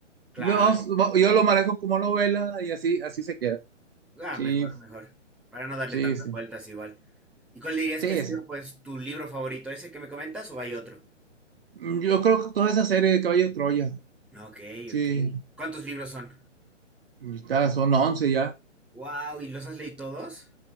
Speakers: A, in the centre; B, on the right (about 50°).
A: Claro.
B: Vamos- va- yo lo manejo como novela y así, así se queda.
A: Ah,
B: Sí,
A: mejor, mejor. Para no darle
B: sí,
A: tantas
B: sí.
A: vueltas igual. ¿Y cuál dirías
B: Sí,
A: que ha sido,
B: sí.
A: pues, tu libro favorito? ¿Ese que me comentas o hay otro?
B: Mm, Yo creo que toda esa serie de Caballo de Troya,
A: Ok,
B: sí,
A: ok. ¿Cuántos libros son?
B: está, son 11 ya.
A: Wow, ¿y los has leído todos?